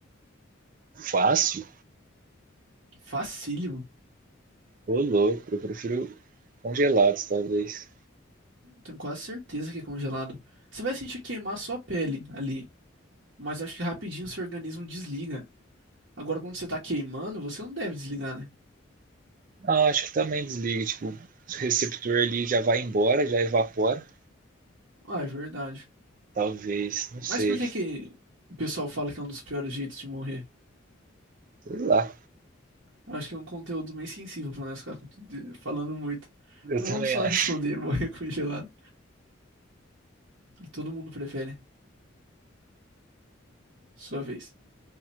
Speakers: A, on the right (about 40°); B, on the right (about 65°).
A: Fácil?
B: Facílimo.
A: Ô louco, eu prefiro congelados, talvez.
B: Tenho quase certeza que é congelado. Você vai sentir queimar sua pele ali, mas acho que rapidinho seu organismo desliga. Agora, quando você tá queimando, você não deve desligar, né?
A: Ah, acho que também desliga, tipo, o receptor ali já vai embora, já evapora.
B: Ah, é verdade.
A: Talvez, não sei.
B: Mas por que que o pessoal fala que é um dos piores jeitos de morrer?
A: Sei lá.
B: Acho que é um conteúdo bem sensível pra nós ficar com- de- falando muito.
A: Eu
B: Então
A: também
B: vamos só
A: acho.
B: responder, <laughs> morrer congelado. Todo mundo prefere. Sua vez. <laughs>